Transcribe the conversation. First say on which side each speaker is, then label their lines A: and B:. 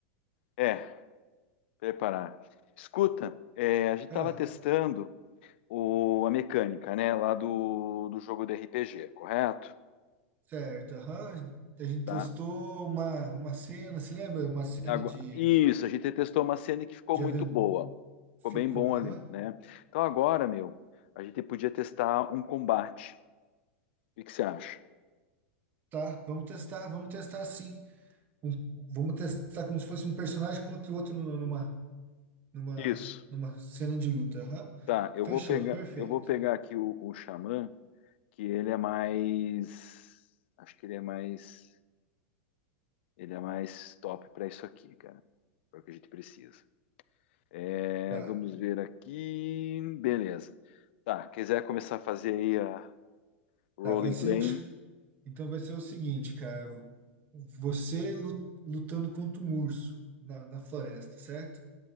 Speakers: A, on the left (about 65°); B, on the right (about 30°).
A: é, preparar. Escuta, é, a gente
B: Ah,
A: tava testando o, a mecânica, né, lá do, do jogo do RPG, correto?
B: certo, aham. A gente
A: Tá?
B: testou uma, uma cena, se lembra? Uma cena
A: Agu-
B: de,
A: Isso, a gente testou uma cena que ficou
B: de
A: muito
B: aventura.
A: boa. Ficou
B: Ficou,
A: bem bom
B: aham.
A: ali, né? Então agora, meu, a gente podia testar um combate. O que que você acha?
B: Tá, vamos testar, vamos testar sim. Um- vamos testar como se fosse um personagem contra o outro numa, numa,
A: Isso.
B: numa cena de luta. aham.
A: Tá, eu
B: Fechou,
A: vou pegar,
B: perfeito.
A: eu vou pegar aqui o, o Xamã, que ele é mais. Acho que ele é mais. Ele é mais top para isso aqui, cara. É o que a gente precisa. É,
B: Tá,
A: vamos ver aqui. Beleza. Tá, quiser começar a fazer aí a Rolling
B: tá, vai ser
A: Plane?
B: um. ch- Então vai ser o seguinte, cara. Você lu- lutando contra um urso na, na floresta, certo?